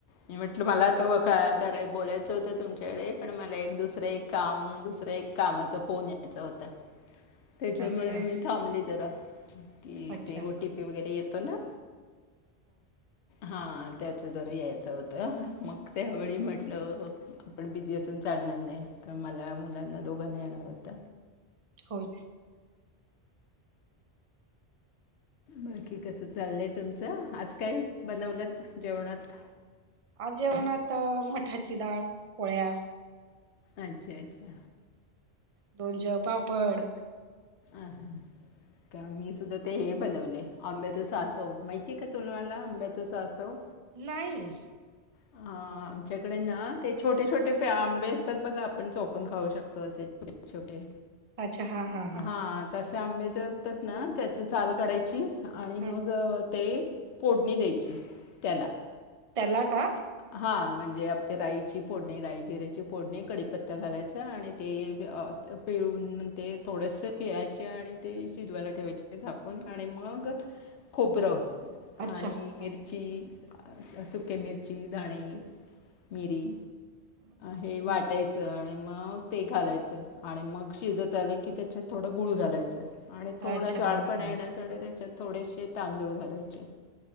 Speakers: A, on the left; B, on the right.
A: मी म्हटलं मला तर कराय बोलायचं होतं तुमच्याकडे पण मला एक, दुसरं, एक काम दुसर एक कामाचा फोन यायचा होता. <inaudible> त्याच्यामुळे
B: अच्छा
A: मी थांबली जरा कि
B: अच्छा
A: ते ओटीपी
B: हो
A: वगैरे येतो ना. हा त्याच जरा यायचं होतं मग त्यावेळी म्हटलं आपण बिझी असून चालणार नाही का मला मुलांना दोघांना येणार होत.
B: होय.
A: बाकी कस चाललंय तुमचं? आज काय? बनवलत जेवणात
B: आज जेवणात मठाची डाळ पोळ्या.
A: अच्छा अच्छा.
B: दोनच्यार पापड.
A: अ का मी सुद्धा ते हे बनवले आंब्याचं सासव माहिती आहे का तुम्हाला? आंब्याचं सासव.
B: नाही.
A: ह. हा. आमच्याकडे ना ते छोटे छोटे आंबे असतात बघा आपण चोकून खाऊ शकतो असे छोटे छोटे..
B: अच्छा हा हा हा.
A: हां तसे आंबे जे असतात ना त्याची सा ल काढायची आणि मग
B: ह
A: ते... फोडणी द्यायची त्याला.
B: त्याला का?
A: हा म्हणजे आपले राईची फोडणी राय जिऱ्याची फोडणी कडीपत्ता घालायच आणि ते... पिळून ते थोडस पिळायचे आणि ते शिजवायला ठेवायचे झाकून आणि मग.. खोबरं
B: अच्छा
A: आणि मिरची
B: हा
A: सुके मिरची दाणे मिरी हे वाटायच
B: ह
A: आणि.. मग ते घालायचं आणि मग शिजत आलं की त्याच्यात थोडं गुळ घालायचं. आणि थोडं
B: अच्छा
A: झाड
B: हा
A: पण
B: हा
A: येण्यासाठी त्याच्यात थोडेसे तांदूळ घालायचे.